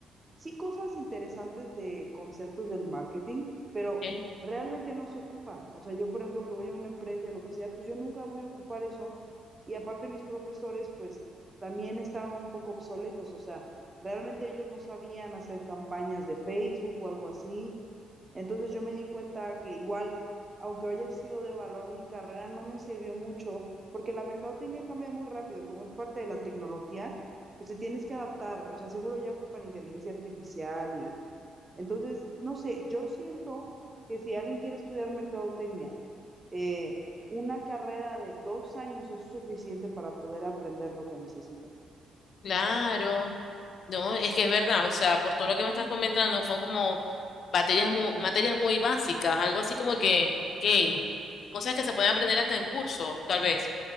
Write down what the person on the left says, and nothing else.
¿ok?
Claro. No, es que es verdad, o sea, por todo lo que me estás comentando, son como materias muy, materias muy básicas, algo así como que, que cosas que se pueden aprender hasta en curso, tal vez.